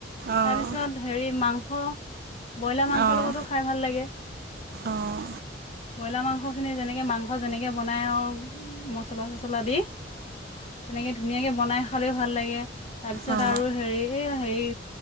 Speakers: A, on the right; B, on the left.
A: অঁ
B: তাৰপিছত হেৰি মাংস হা ব্ৰইলাৰ মাংসৰ
A: অঁ
B: লগতো খাই ভাল লাগে।
A: অঁ
B: ব্ৰইলাৰ মাংসখিনি যেনেকৈ মাংস যেনেকৈ বনাই আৰু মছলা চছলা দি তেনেকে ধুনীয়াকে বনাই খালেও ভাল লাগে তাৰপিছত
A: অঁ
B: আৰু হেৰি এয়া হেৰি